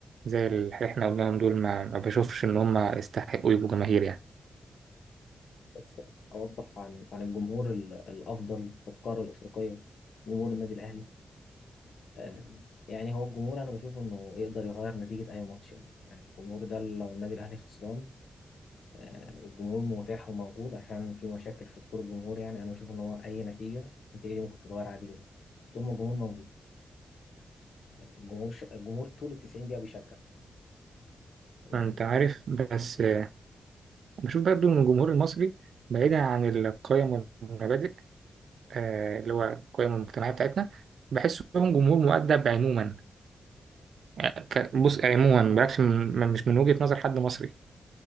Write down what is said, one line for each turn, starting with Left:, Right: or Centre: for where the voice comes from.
Right: زي اللي احنا قلناهم دول ما, ما بشوفش إن هم يستحقوا يبقوا جماهير يعني
Left: بس اوضح عن عن الجمهور ال- الافضل في القاره الافريقيه جمهور النادي الاهلي آه، يعني هو الجمهور انا بشوف انه يقدر يغير نتيجة اي ماتش يعني يعني الجمهور ده لو النادي الاهلي خسران آه، والجمهور متاح وموجود عشان في مشاكل في دخول الجمهور يعني انا بشوف ان هو اي نتيجة النتيجة دي ممكن تتغير عادي جدا طول ما الجمهور موجود الجمهور ش... الجمهور طول ال 90 دقيقة بيشجع يعني
Right: أنت عارف بس آه، بشوف برضو إن الجمهور المصري بعيدا عن القيم والمبادئ آه، اللي هو القيم المجتمعية بتاعتنا بحسهم جمهور مؤدب عموما يعني ك- بص يعني عموما بلاش من مش من وجهة نظر حد مصري